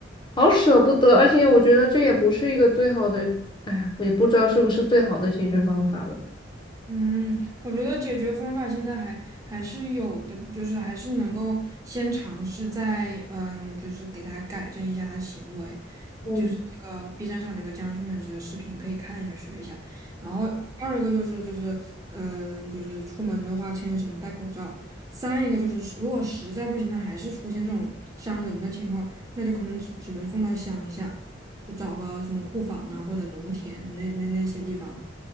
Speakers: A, on the left (about 25°); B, on the right (about 20°).
A: 好舍不得，而且我觉得这也不是一个最好的，哎呀，我也不知道是不是最好的解决方法了。
B: 嗯，我觉得解决方法现在还还是有的，就是还是能够先尝试在嗯，就是给它改正一下它的行为，
A: 嗯
B: 就是那个 B 站上那个江训犬师的视频可以看一下学一下。然后二一个就是就是嗯，就是出门的话牵绳戴口罩。三一个就是如果实在不行，它还是出现这种伤人的情况，那就可能只只能送到乡下。就找个什么库房啊或者农田那那那些地方，